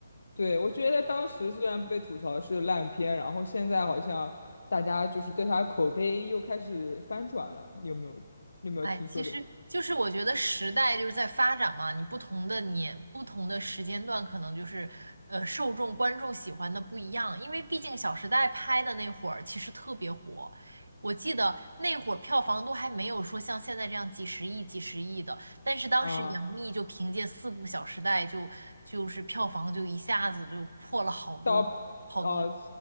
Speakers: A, on the left; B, on the right.
A: 对，我觉得当时虽然被吐槽是烂片，然后现在好像大家就是对他口碑又开始翻转了，你有没有你有没有听说这事
B: 哎，其实就是我觉得时代就是在发展嘛，你不同的年、不同的时间段，可能就是呃受众、观众喜欢的不一样。因为毕竟《小时代》拍的那会儿其实特别火，我记得那会儿票房都还没有说像现在这样几十亿、几十亿的，但是当时杨幂就凭借四部《小时代》就就是票房就一下子就破了好多好多亿
A: 啊？到呃，